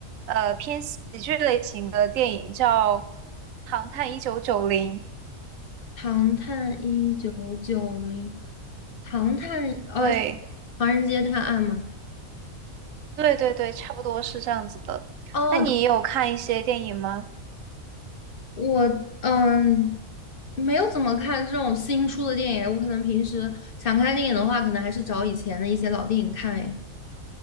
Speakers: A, on the right; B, on the left.
A: 呃偏喜剧类型的电影，叫《唐探一九九零》。
B: 《唐探一九九零》，《唐探》呃，
A: 对，
B: 《唐人街探案》吗？
A: 对对对，差不多是这样子的。
B: 哦，
A: 那你有看一些电影吗？
B: 我嗯，没有怎么看这种新出的电影。我可能平时想看电影的话，可能还是找以前的一些老电影看。哎，